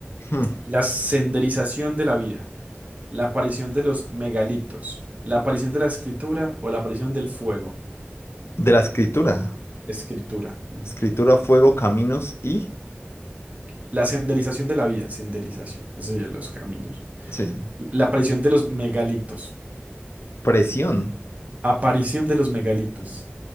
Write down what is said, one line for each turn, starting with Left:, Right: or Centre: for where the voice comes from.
Left: Hmm.
Right: La senderización de la vida, la aparición de los megalitos, la aparición de la escritura o la aparición del fuego.
Left: De la escritura.
Right: Escritura. mm.
Left: Escritura, fuego, caminos y...
Right: La senderización de la vida, senderización, eso serían los caminos.
Left: Sí, sí.
Right: La aparición de los megalitos.
Left: Presión.
Right: Aparición de los megalitos.